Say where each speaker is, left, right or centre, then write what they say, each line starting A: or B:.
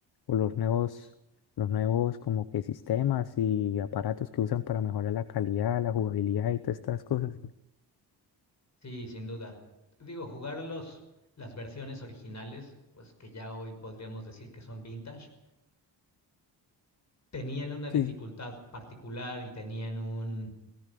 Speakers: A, on the left (about 60°); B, on the left (about 40°).
A: o los nuevos, los nuevos como que sistemas y aparatos que usan para mejorar la calidad, la jugabilidad y todas estas cosas.
B: Sí, sin duda. Digo, jugar los, las versiones originales, pues que ya hoy podríamos decir que son vintage, tenían una
A: Sí.
B: dificultad particular y tenían un,